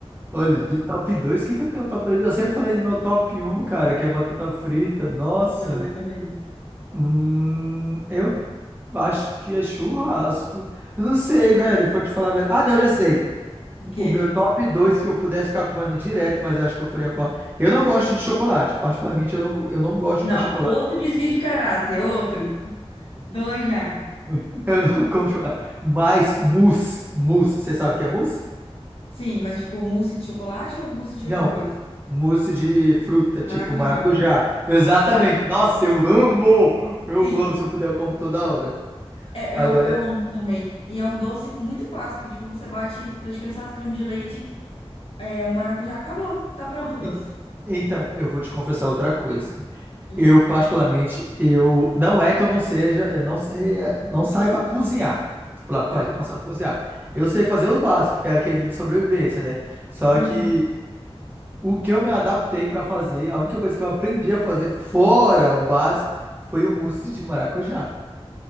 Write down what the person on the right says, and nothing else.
Olha, de top 2. o que que eu tenho no top 2? Eu sempre falei do meu top um, cara, que é batata frita. Nossa.
Hum, eu acho que é churrasco. Eu não sei, velho. Vou te falar a verdade. Ah, não, eu já sei.
O meu top 2 se eu pudesse ficar comendo direto, mas eu acho que eu faria mal. Eu não gosto de chocolate. Particularmente, eu não, eu não gosto de
comer chocolate.
<laughs> Eu não como chocolate. Mas mousse. Mousse. Você sabe o que é mousse?
Não.
Mousse de fruta, tipo
maracujá. Exatamente.
Nossa, eu amo!
Eu
amo. Se eu puder, eu como toda hora.
Agora,
en-
então, eu vou te confessar outra coisa.
Eu, particularmente, eu não é que eu não seja, eu não sei, eh, não saiba cozinhar. Essa palavra correta,
não sabe cozinhar. Eu sei fazer o básico, que é aquele de sobrevivência, né? Só
que o que eu me adaptei pra fazer, a única coisa que eu aprendi a fazer fora o básico foi o mousse de maracujá.